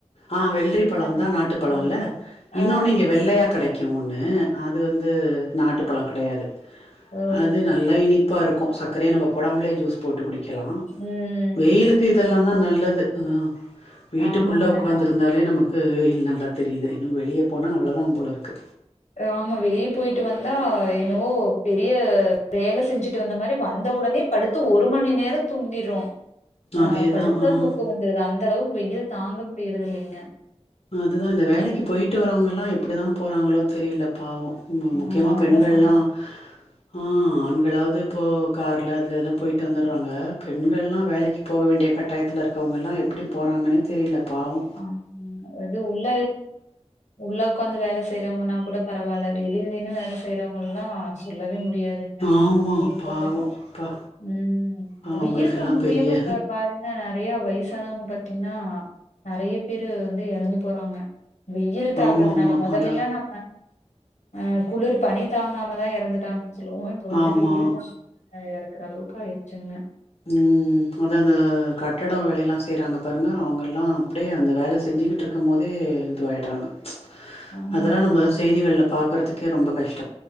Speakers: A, on the left (about 60°); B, on the left (about 80°).
A: ஆ வெள்ரி பழோ
B: ஆ.
A: தா நாட்டுப்பழோ
B: வெள்
A: இல்ல இன்னொன்னு
B: ஆ,
A: இங்க வெள்ளையா கெடைக் ஒன்னு அது வந்து நாட்டுப்பழோ கடையாது
B: ஓ
A: து நல்லா இனிப்பா இருக்கூ சக் க்ரைய நம்ம போடாம்லே ஜூஸ் போட்டு குடிக்கலா
B: ம்.
A: வெயிலுக்கு இத் தெல்லா தா நல்லது ஆ வீட்டுக்குள்ள
B: ஆமாங்க.
A: உக்காந்துருந்தாலே
B: நான்
A: நமக் க்கு ல் நல்லா தெரியுது இன்னூ வெளியே போனா அவ்ளோதா போலருக்கு
B: ஆமா வெளியே போயிட்டு வந்தா என்னவோ பெரிய வேல செஞ்சுட்டு வந்த மாரி வந்த ஒடனே படுத்து ஒரு மணி நேரம் தூங்கிர்றோ ஆ
A: அதேதான்.
B: படுத்தா
A: ஆ.
B: தூக்கோ வந்துருது அந்தளவுக்கு வெயில் தாங்க முடியிறது இல்லைங்க
A: அதுதா இந்த வேலைக்கு போயிட்டு வரவங்கல்லா எப்டிதா போறாங்களோ தெரியல பாவோ ம முக்கியமா
B: ஆமா அவங்களாம்
A: பெண்கள்ல்லா
B: சமாளி
A: ஆ ஆண்களாவது இப்போ காரில அதில இதலா போய்ட்டு வந்துராங்க பெண்கள்லா வேலைக்கு போக வேண்டிய கட்டாயத்தில இருக்கிறவங்கள்லா எப்பிடி போறாங்கன்னே தெரியல பாவோ
B: ஆமாங்க அது உள்ள உள்ள உட்காந்து வேலை செய்யுர கூட பரவாயில்ல வெளியில நின்னு வேலை செய்யறவங்க எல்லா சொல்லவே முடி முடியாதுங்க
A: ஆமா
B: இப்ப
A: பாவம்
B: ப
A: அப்பா.
B: உம்
A: ஆ
B: வெயில்
A: அவங்களுக்கெல்லாம்
B: தாங்க முடியாம
A: பெரிய
B: இப்ப பாருங்கா நெறைய வயசானவங்க பாத்தீங்கன்னா நறைய பேரு வந்து எறந்து போறாங்க வெயில் தாக்கத்துனால
A: ஆமாமா.
B: மொதல்லெல்லா
A: அதா
B: நாம்ம ஆ குளிர் பனி தாங்காமதா எறந்துட்டாங்க சொல்லுவோ இப்ப வந்து
A: ஆமா.
B: வெயில் தாங்காம எற க்குர அளவுக்கு ஆயிடுச்சுங்க
A: ம் அதாவது கட்டடோ வேலையெல்லா செய்யிறாங்க பாருங்க அவங்கல்லா அப்படியே அந்த வேலை செஞ்சுக்கிட்டு இருக்கும் போதே இதுவாயிடுறாங்க ம்ச்
B: ஆமாங்க
A: அதெல்லா நம்ம செய்திகள்ள பாக்கறதுக்கே ரொம்ப கஷ்